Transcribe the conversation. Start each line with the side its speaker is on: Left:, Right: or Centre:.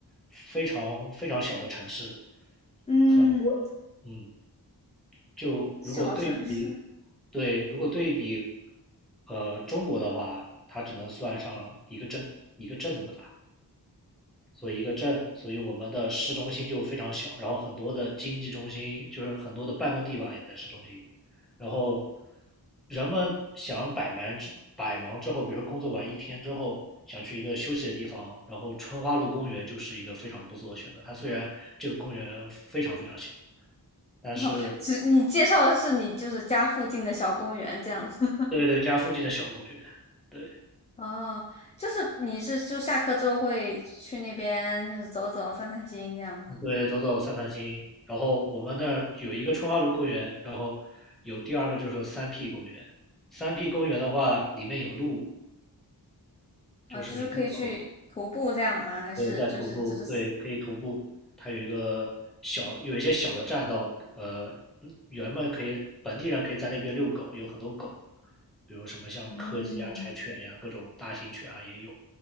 Centre: 非常非常小的城市，
Left: 嗯，
Centre: 很多嗯，就如果对比对如果对比
Left: 小城市，
Centre: 呃中国的话，它只能算上一个镇一个镇那么大。所以一个镇，所以我们的市中心就非常小，然后很多的经济中心就是很多的办公地方也在市中心，然后人们想百忙之百忙之后，比如说工作完一天之后，想去一个休息的地方，然后春花路公园就是一个非常不错的选择。它虽然这个公园非常非常小，
Left: <laughs>
Centre: 但是
Left: 哦，只你介绍的是你就是家附近的小公园这样子。
Centre: 对对，家附近的小公园，对，
Left: 哦，就是你是就下课之后会去那边就是走走散散心这样吗？
Centre: 对，走走散散心。然后我们那儿有一个春花路公园，然后有第二个就是三 P 公园。三 P 公园的话，里面有路，就是你走
Left: 嗯、就是可以去徒步这样吗？还是就是只是
Centre: 对，在徒步，对，可以徒步。它有一个小，有一些小的栈道，呃，人们可以，本地人可以在那边遛狗，有很多狗，比如什么像柯基啊、
Left: 嗯
Centre: 柴犬呀、各种大型犬啊也有。